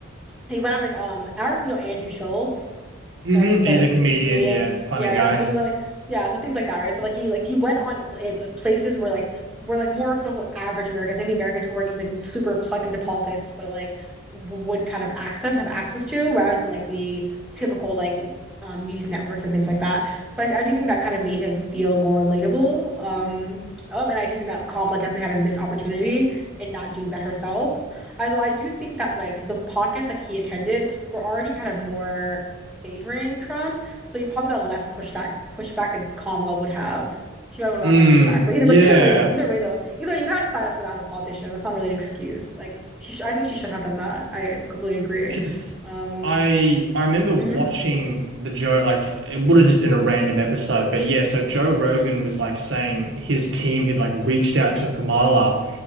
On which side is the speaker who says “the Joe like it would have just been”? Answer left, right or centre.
Right